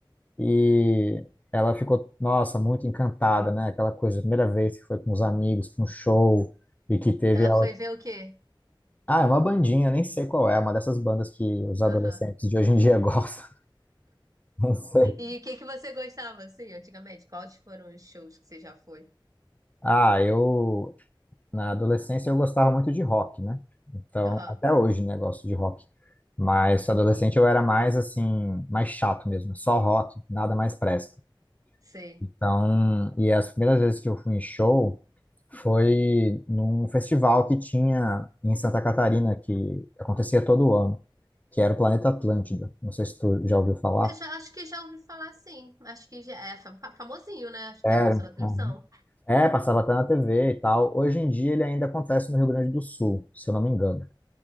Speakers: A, on the left; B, on the right.
A: e ela ficou, nossa, muito encantada, né? Aquela coisa, a primeira vez que foi com os amigos para um show, e que teve
B: Ela
A: ela.
B: foi ver o quê?
A: Ah, é uma bandinha, nem sei qual é, uma dessas bandas que os adolescentes
B: Aham.
A: de hoje em dia <laughs> gostam, não sei.
B: E o que que você gostava, assim, antigamente? Quais foram os shows que você já foi?
A: Ah, eu, na adolescência, eu gostava muito de rock, né? Então,
B: Aham,
A: até hoje, né, gosto de rock. Mas adolescente eu era mais assim, mais chato mesmo, só rock, nada mais presta.
B: sei.
A: Então, e as primeiras vezes que eu fui em show foi num festival que tinha em Santa Catarina, que acontecia todo ano, que era o Planeta Atlântida. Não sei se tu já ouviu falar.
B: Eu já acho que já ouvi falar, sim. Acho que já é fa- famosinho, né? Acho que
A: Era.
B: já apareceu na televisão.
A: uhum. É, passava até na TV e tal. Hoje em dia ele ainda acontece no Rio Grande do Sul, se eu não me engano.